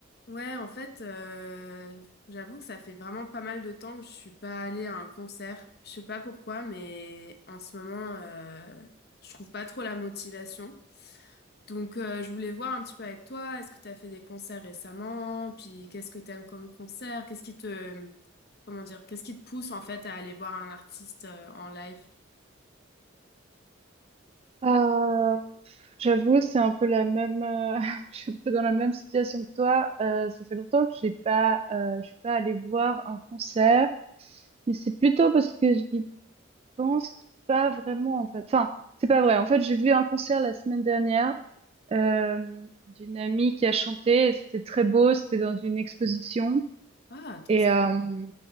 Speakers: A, on the left; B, on the right.
A: Ouais, en fait, euh, j'avoue que ça fait vraiment pas mal de temps que je suis pas allée à un concert. Je sais pas pourquoi, mais en ce moment, euh, je trouve pas trop la motivation. Donc, euh, je voulais voir un petit peu avec toi, est-ce que tu as fait des concerts récemment? Puis, qu'est-ce que t'aimes comme concert? Qu'est-ce qui te, comment dire, qu'est-ce qui te pousse en fait à aller voir un artiste euh, en live?
B: Euh, j'avoue, c'est un peu la même. euh, <laughs> je suis un peu dans la même situation que toi. Euh, ça fait longtemps que j'ai pas, euh, je suis pas allée voir un concert, mais c'est plutôt parce que je n'y pense pas vraiment en fait. Enfin, c'est pas vrai. En fait, j'ai vu un concert la semaine dernière euh, d'une amie qui a chanté. et C'était très beau. C'était dans une exposition.
A: Ah, trop
B: Et,
A: sympa.
B: euh,